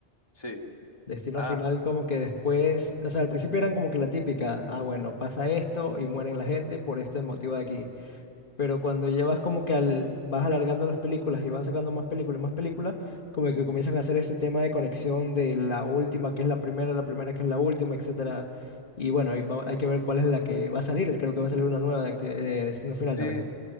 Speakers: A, on the left; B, on the left.
A: Sí.
B: Destino
A: Ah,
B: final como que después, o sea, al principio eran como que la típica, ah, bueno, pasa esto y mueren la gente por este motivo de aquí. Pero cuando llevas como que al, vas alargando las películas y van sacando más películas, más películas, como que comienzan a hacer este tema de conexión de la última que es la primera, la primera que es la última, etcétera. Y bueno, ahí va- hay que ver cuál es la que va a salir. Creo que va a salir una nueva de, acti- de Destino Final
A: sí.
B: también.